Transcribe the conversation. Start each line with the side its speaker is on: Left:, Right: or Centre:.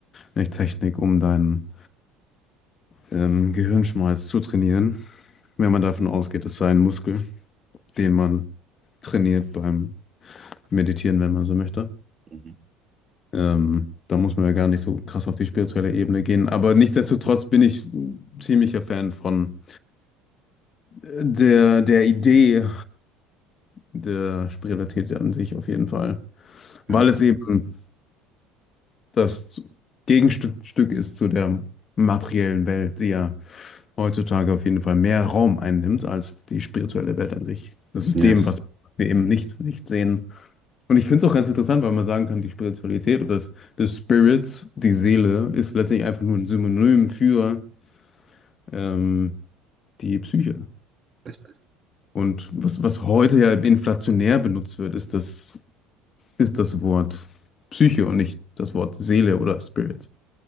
Left: eine Technik, um deinen ähm, Gehirnschmalz zu trainieren. Wenn man davon ausgeht, es sei ein Muskel, den man trainiert beim Meditieren, wenn man so möchte.
Right: Mhm.
Left: Ähm, da muss man ja gar nicht so krass auf die spirituelle Ebene gehen. Aber nichtsdestotrotz bin ich ziemlicher Fan von der, der Idee der Spiritualität an sich auf jeden Fall. Weil
Right: Ja.
Left: es eben das Gegenstück ist zu der materiellen Welt, die ja heutzutage auf jeden Fall mehr Raum einnimmt als die spirituelle Welt an sich. Das ist
Right: Yes.
Left: dem, was wir eben nicht, nicht sehen. Und ich finde es auch ganz interessant, weil man sagen kann, die Spiritualität oder das, das Spirit, die Seele, ist letztendlich einfach nur ein Synonym für ähm, die Psyche.
Right: Richtig.
Left: Und was, was heute ja inflationär benutzt wird, ist das, ist das Wort Psyche und nicht das Wort Seele oder Spirit.